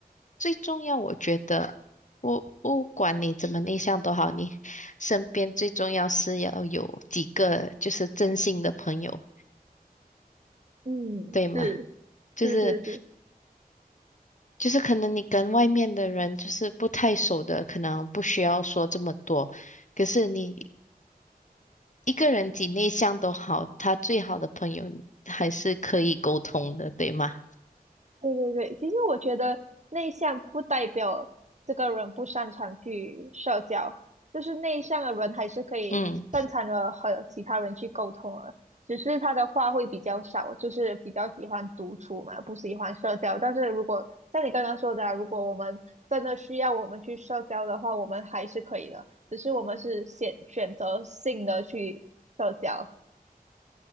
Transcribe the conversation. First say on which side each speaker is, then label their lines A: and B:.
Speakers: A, on the left (about 50°); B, on the right (about 45°).
A: 最重要，我觉得不不管你怎么内向都好，你身边最重要是要有几个就是真心的朋友，
B: 嗯，
A: 对吗？
B: 是
A: 就是
B: 是是是，
A: 就是可能你跟外面的人就是不太熟的，可能不需要说这么多。可是你一个人几内向都好，他最好的朋友还是可以沟通的，对吗？
B: 对对对，其实我觉得内向不代表这个人不擅长去社交，就是内向的人还是可以正常的和其他人去沟通的，
A: 嗯，
B: 只是他的话会比较少，就是比较喜欢独处嘛，不喜欢社交。但是如果像你刚刚说的啊，如果我们真的需要我们去社交的话，我们还是可以的，只是我们是选选择性的去社交。